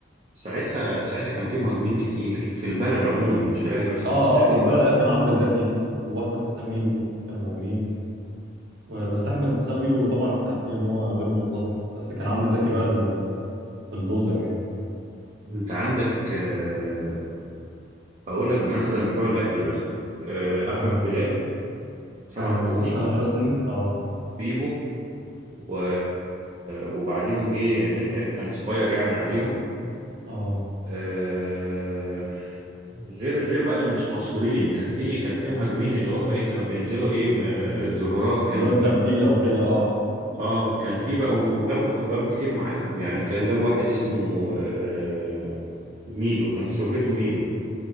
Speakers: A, on the right; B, on the right.
A: ساعتها ساعتها كان في مهاجمين كتير في البلد عموما مش في الاهلي بس
B: اه
A: بس الاهلي
B: اه في البلد آه، كان عمرو زكي واحمد حسام ميدو كانوا موجودين و- بس احمد حسام ميدو طبعا احنا عارفين ان هو غير منتظم بس كان عمرو زكي بقى اللي كان بلدوزر يعني
A: انت عندك آه، اقول لك مثلا بتوع الاهلي بس آه، احمد
B: اه
A: بلال سامح
B: ايوه
A: حسني
B: واسامه حسني اه
A: بيبو و... وبعديهم جه متعب كان صغير يعني عليهم
B: اه
A: آه، غير غير بقى اللي مش مشهورين كان في كان في مهاجمين اللي هم ايه كانوا بينزلوا ايه م- ظهورات كان
B: اللي هو التبديل او كده اه آه.
A: اه كان في بقى وجابوا وجابوا كتير معاهم يعني كان جابوا واحد اسمه آه، ميدو كان شهرته ميدو